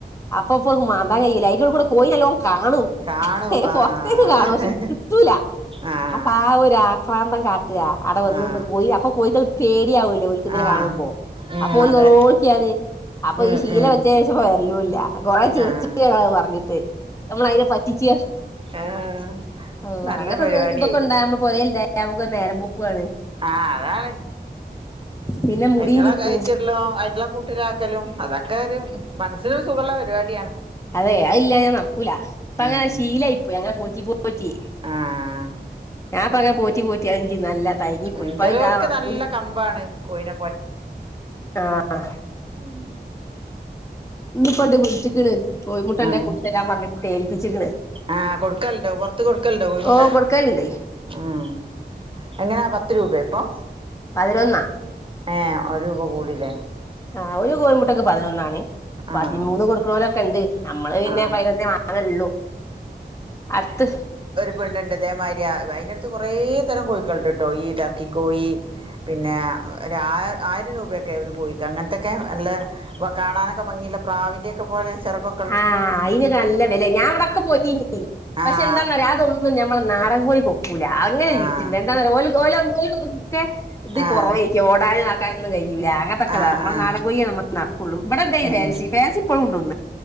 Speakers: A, on the left; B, on the right.
A: അപ്പം ഇപ്പോ അഹ് മാന്താൻ കയ്യൂല അയിന്റുള്ളുക്കൂടെ കോഴിനെല്ലോം കാണും
B: കാണും ആ
A: പൊറത്തേക്ക്
B: അതാണ്
A: കാണും പക്ഷേ കിട്ടൂല
B: ആഹ്
A: അപ്പ ആ ഒരു ആ ക്രാന്തം കാട്ടാ ആടെ വന്ന്ന്ന്
B: ആഹ്
A: കോഴിനെ അപ്പം കോഴികൾ പേടിയാവ ല്ലോ ഓല്ക്ക് ഇതിനെ
B: ആഹ്
A: കാണുമ്പോ
B: ഉം
A: അപ്പോ ഓല്
B: അതെ
A: നെലോളിക്ക്യാണ് അപ്പൊ
B: ഉം
A: ഈ ശീല
B: ഉം
A: വെച്ചേഷം ഇപ്പം വെര്ലൂല്ല അഹ് കൊറേ ചിറ്ച്ച്ണ്
B: ആഹ്
A: ഞങ്ങള് പറഞ്ഞിട്ട് ഞമ്മള് അയിനെ പറ്റിച്ച്ർഞ്ഞ്ട്ട്
B: ആഹ്
A: അള്ളാ
B: നല്ലൊരു
A: അങ്ങനത്തൊന്നും
B: പരിപാടിയായി
A: ഇതൊക്കെ ഇണ്ടായാ ഞമ്മള് പൊരേ <unintelligible> ഞമ്മക്കൊരു നേരം പോക്കുവാണ്
B: ആഹ് അതാണ്
A: പിന്നെ മുടിയും
B: അയിറ്റളെ
A: കിട്ടും
B: കയിച്ചിട്ട്ല്ലും അയിറ്റളെ കൂ ട്ടിലാക്കലും അതൊക്കെ ഒരു മനസ്സിനൊര് സുഖള്ളെ പരിവാടിയാണ്
A: അതെ അഹ് ഇല്ലാഞ്ഞാ നടക്കൂല ഇപ്പ
B: ഉം
A: അങ്ങനെ ശീലായി പോയി അങ്ങനെ പോറ്റി പോറ്റി
B: ആഹ്
A: ഞാൻ ഇപ്പ അങ്ങനെ പോറ്റി പോ റ്റിയാങ്കി നല്ല തയങ്ങി
B: ഉം
A: പോയി ഇപ്പ
B: ചെലോൽക്ക്
A: അഹ് ഇല്ലാ നട്ക്കൂല
B: നല്ല കമ്പാണ് കോഴിനെ
A: ആഹ്
B: ഉം
A: ഇന്ന്പ്പണ്ട് വിളിച്ച്ക്ക്ണ് കോഴിമുട്ടണ്ടെ
B: ആഹ്
A: കൊണ്ട് തരാ പറഞ്ഞിട്ട് ഏൽപ്പിച്ച്ക്ക്ണ്
B: ആഹ് കൊട്ക്കല്ണ്ടോ പൊറത്ത് കൊട്ക്കല്ണ്ടോ കോഴിമുട്ട
A: ഓഹ് കൊടുക്കല്ണ്ട്
B: ആഹ് എങ്ങനാ പത്ത് രൂപെ ഇപ്പം
A: പതിനൊന്നാ
B: ഏഹ് ഒരു രൂപ കൂടില്ലേ
A: ആഹ് ഒരു കോഴിമുട്ടക്ക് പതിനൊന്നാണ് പതിമൂന്ന്
B: ആഹ്
A: കൊടുക്ക്ണോലൊക്കെണ്ട് ഞമ്മള് പിന്നെ
B: ആഹ്
A: പയിനൊന്നെ വാങ്ങല്ള്ളു അട്ത്ത്
B: പെണ്ണ്ണ്ട് ഇതേമാരിയാ വേ അയിന്റെട്ത്ത് കൊറേ തരം കോഴിക്കള്ണ്ട്ട്ടോ ഈ ടർക്കി കോഴി പിന്നെ ഒ ഒരാ ആയിരം രൂപയൊക്കെ ഒരു കോഴിക്ക് അങ്ങത്തെക്കെ നല്ലെ വ കാണാനൊക്കെ ഭംഗിള്ളെ പ്രാവിന്റെയൊക്കെ പോലെ ചെറുകൊ
A: ആഹ് അയിന് നല്ല വെലെ ഞാൻ ഇവെടൊക്കെ പോറ്റീനി പക്ഷേ
B: ആഹ്
A: എന്താന്നറിയോ അതൊ ന്നും ഞമ്മളെ നാടൻ കോഴിക്ക് ഒക്കൂല അങ്ങനെ ഒരു
B: ആഹ്
A: വിറ്റ്ണ്ട് എന്താന്നറിയോ ഓല്ക്ക് ഓലോ ഓല്ക്കൊക്ക് ചെ ഇത്
B: ആഹ്
A: കൊറവേക്ക്യും ഓടാനും ആക്കാനൊന്നും കയ്യൂല അങ്ങത്തൊക്കതാ
B: ആഹ്
A: ഞമ്മളെ
B: ആഹ്
A: നാടൻ കോഴിയാ ഞമ്മ നടക്കുള്ളൂ ഇവടെണ്ടേ
B: ഉം
A: ഫാൻസി ഫാൻസിപ്പളും ഇണ്ടൊന്ന്